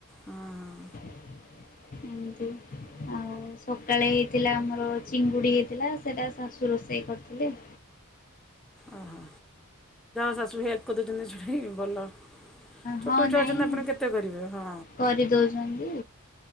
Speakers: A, in the centre; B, on the left.
A: ହଁ
B: ଏମତି ଆଉ ସକାଳେ ହେଇଥିଲା ଆମର ଚିଙ୍ଗୁଡି ହେଇଥିଲା ସେଟା ଶାଶୁ ରୋଷେଇ କରିୁଥିଲେ <inaudible>
A: ଓହୋ। ଶାଶୁ ହେଲ୍ପ ଦଉଛନ୍ତିଛୁଟ ଭଲ। ଛୋଟ
B: ହଁ ନାଇଁ
A: ଛୁଆ ଅଛନ୍ତି ଆପଣ କେତେ କରିବେ ହଁ
B: କରିଦଉଛନ୍ତି